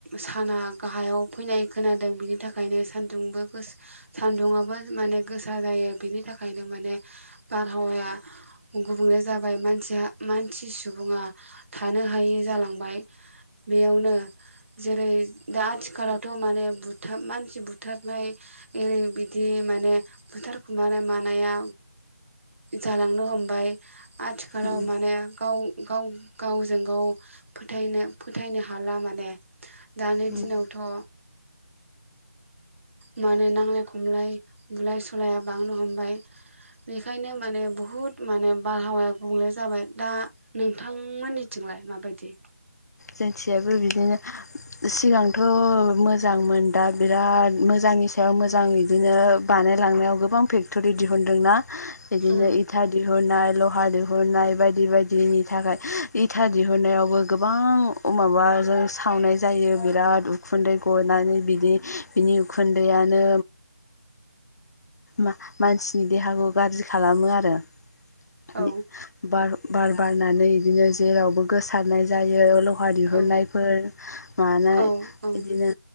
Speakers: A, on the right; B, on the left.
A: साना गाहायाव फैनाय खोनादों बिनि थाखायनो सानदुंबो सान्दुंङाबो माने गोसा जायो बेनि थाखायनो माने बारहावाया गुबुंले जाबाय मान मानसि सुबुङा थानो हायै जालांबाय बेयावनो जेरै दा आथिखालावथ' माने बुथार मानसि बुथारनाय ओरै बिदि माने बुथार खुमानाय मानाया जालांनो हमबाय। आथिखालाव
B: उम
A: माने गाव गाव गावजों गाव फोथायनो फोथायनो हाला माने। दानि
B: उम
A: दिनावथ' माने नांलाय खमलाय बुलाय सलाया बांनो हमबाय। बेखायनो माने बुहुद माने बारहावाया गुबुंले जाबाय दा नोंथांमोननिथिंलाय माबायदि?
B: जोंनिथिंयाबो बिदिनो सिगांथ' मोजांमोन दा बिराद मोजांनि सायाव मोजां बिदिनो बानायलांनायाव गोबां फेक्ट'रि दिहुनदोंना बिदिनो
A: उम
B: इथा दिहुननाय ल हा दिहुननाय बायदि बायदिनि थाखाय इथा दिहुननायावबो गोबां अ माबा जों सावनाय जायो बि राद उखुन्दै गनानै बिदि बिनि उखुन्दैयानो मा मानसिनि देहाखौ गाज्रि खालामो आरो। बे
A: औ
B: बार बार बारनानै बिदिनो जेरावबो गोसारनाय जायो। ल हा दिहुननायफोर
A: औ
B: मानाय
A: औ औ
B: बिदिनो